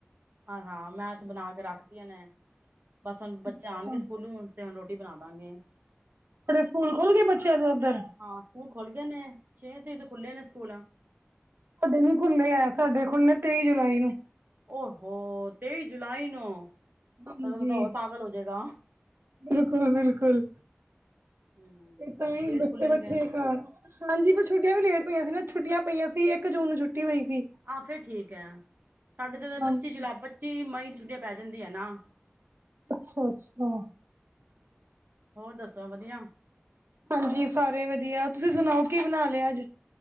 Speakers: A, on the right; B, on the right.
A: ਹਾ-ਹਾਂ ਮੈਂ ਤੇ ਬਣਾ ਕੇ ਰੱਖਦੀਆਂ ਨੇ, ਬਸ ਹੁਣ ਬੱਚੇ
B: ਤੇਰੇ
A: ਆਉਣਗੇ ਸਕੂਲੋਂ ਤੇ ਹੁਣ ਰੋਟੀ ਬਣਾ ਦਾਂਗੇ।
B: ਆਪਣੇ ਸਕੂਲ ਖੁਲ ਗਏ ਬੱਚਿਆਂ ਦੇ ਉੱਧਰ?
A: ਹਾਂ ਸਕੂਲ ਖੁਲ੍ਹ ਗਏ ਨੇ, ਛੇ ਤਰੀਕ ਦੇ, ਖੁੱਲੇ ਨੇ ਸਕੂਲ,
B: ਸਾਡੇ ਨੀ ਖੁੱਲ੍ਹੇ ਆ, ਸਾਡੇ ਖੁੱਲੇ ਤੇਈ ਜੁਲਾਈ ਨੂੰ,
A: ਓਹੋ, ਤੇਈ ਜੁਲਾਈ ਨੂੰ, ਮਤਲਬ
B: ਹਾਂਜੀ,
A: ਬੰਦਾ ਹੋਰ ਪਾਗਲ ਹੋ ਜਾਏਗਾ।
B: ਬਿਲਕੁਲ-ਬਿਲਕੁਲ।
A: ਹੂੰ,
B: ਤੇ ਤਾਂ
A: ਬੜੇ
B: ਹੀ
A: ਲੇਟ
B: ਬੱਚੇ
A: ਖੁੱਲਣਗੇ
B: ਬੈਠੇ ਘਰ, ਹਾਂਜੀ, ਪਰ ਛੁੱਟੀਆਂ ਵੀ ਲੇਟ ਪਈਆਂ ਸੀ, ਨਾ ਛੁੱਟੀਆਂ ਪਈਆਂ ਸੀ ਇੱਕ ਜੂਨ ਨੂੰ ਛੁੱਟੀ ਹੋਈ ਸੀ।
A: ਆਹ ਫੇਰ ਠੀਕ ਹੈ, ਸਾਡੇ ਤੇ
B: ਹਾਂਜੀ
A: ਪੱਚੀ ਜੁਲਾਈ ਪੱਚੀ ਮਈ ਦੀ ਛੁੱਟੀ ਪੈ ਜਾਂਦੀ ਹੈ ਨਾ।
B: ਅੱਛਾ-ਅੱਛਾ।
A: ਹੋਰ ਦੱਸੋ ਵਧੀਆ?
B: ਹਾਂਜੀ ਸਾਰੇ ਵਧੀਆ, ਤੁਸੀਂ ਸੁਣਾਓ ਕੀ ਬਣਾ ਲਿਆ ਅੱਜ,